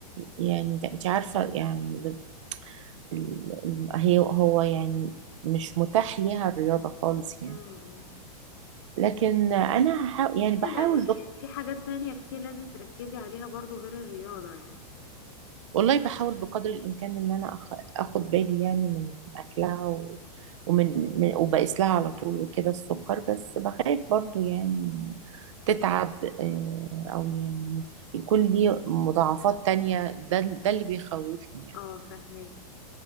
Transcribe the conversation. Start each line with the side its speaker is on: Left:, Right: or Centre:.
Right: يعني ده- انت عارفه يعني ده- ال- ال- هي هو يعني مش متاح ليها الرياضه خالص يعني
Left: مم.
Right: لكن انا
Left: مش
Right: هحاول يعني
Left: مشكلة
Right: بحاول
Left: يعني
Right: بق...
Left: في حاجات تانية كتير لازم تركزي عليها برضو غير الرياضة يعني
Right: والله بحاول بقدر الامكان ان انا أخ... اخد بالي يعني من اكلها و... ومن من... وبقيس لها على طول وكده السكر بس بخاف برضو يعني تتعب آه، او يعني يكون لي مضاعفات تانية ده ده اللي بيخوفني يعني
Left: اه فهماكي